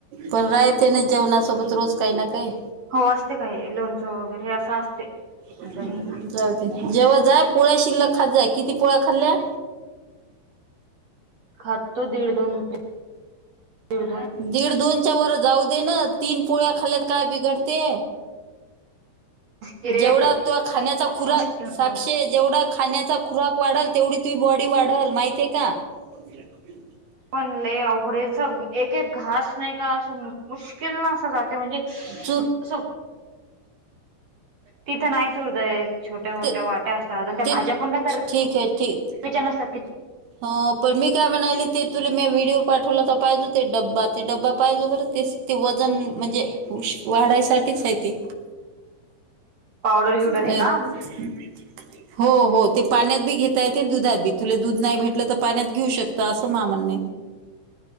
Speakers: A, on the right; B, on the right.
A: पण राहते ना जेवणासोबत रोज काही ना काही.
B: हो असते काय लोणचं वगैरे हे असं असते.
A: हम्म
B: दही
A: जाऊदे जेवात जाय पोळ्या शिल्लक खात जाय, किती पोळ्या खाल्ल्या?
B: खाततो दीड दोन म दीड दोन.
A: दीड दोनच्या वर जाऊ दे ना तीन पोळ्या खाल्त काय बिघडते. ते
B: ते
A: जेवढा तु खाण्याचा खुरा
B: मुश्किल
A: साक्षे
B: दोन.
A: जेवढा खाण्याचा खुराक वाढल तेवढी तु बॉडी वाढल माहितीे का. <inaudible>
B: पण लय अवघडेच एक एक घास नाही का. मुश्किलीन अस जातंय जे म्हणजे
A: चूर
B: अस. तिथं नाहीच उरतंय छोट्या मोठ्या
A: ते
B: वाट्या असतात आणि त्या भाज्या
A: ते
B: पण कायत
A: ठीक आहे ठीक.
B: विच नसतात. <inaudible>
A: हो पण मी काय म्हणाले ते तुला मी व्हिडिओ पाठवला तर पाहिजे ते ड्बा ते ड्बा पाहिजे बरं तेच. ते वजन म्हणजे वाढायसाठीच आहे ते.
B: पावडर गिवडर
A: <inaudible>
B: हे का
A: हो हो ते पाण्यात बी घेता येते दुधात बी तुला दूध नाही भेट तर पाण्यात घेऊ शकत अस मा म्हण.